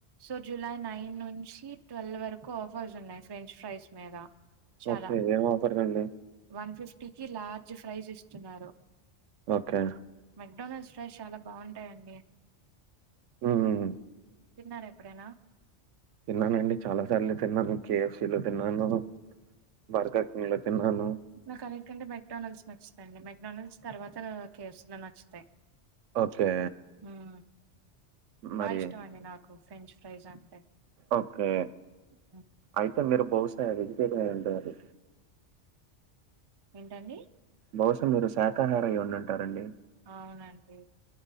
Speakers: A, on the right (about 30°); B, on the right (about 80°).
A: సో జులై నైన్ నుంచి ట్వెల్వ్ వరకు ఆఫర్స్ ఉన్నాయి ఫ్రెంచ్ ఫ్రైస్ మేదా చాలా
B: ఓకే ఏం ఆఫర్ అండి
A: వన్ ఫిఫ్టీకి లార్జ్ ఫ్రైస్ ఇస్తున్నారు
B: ఓకే
A: మెక్డోనల్డ్స్ రైస్ చాలా బాగుంటాయండి
B: ఊమ్
A: తిన్నార్ ఎప్పుడేనా
B: తిన్నానండి చాలా సార్లే తిన్నాను కేఎఫ్సిీలో తిన్నాను
A: హ్మ్.
B: బర్గాకిన్ల తిన్నాను
A: నాకన్నిటికంటే మెక్డడానల్స్ నచ్చుతాండి మెక్డడానల్డ్స్ తర్వాత కేవ్స్ లో నచ్చుతయ్
B: ఓకే
A: ఊమ్
B: మరి
A: బా ఇష్టం అండి నాకు ఫ్రెంచ్ ఫ్రైస్ అంటే
B: ఓకే
A: హ్మ్.
B: అయితే మీరు బహుశా వెజిటేరియన్ అయ్యుంటారు
A: ఏంటండి
B: బహుశా మీరు శాకాహార అయ్యి ఉండండ్ టారండి
A: అవునండి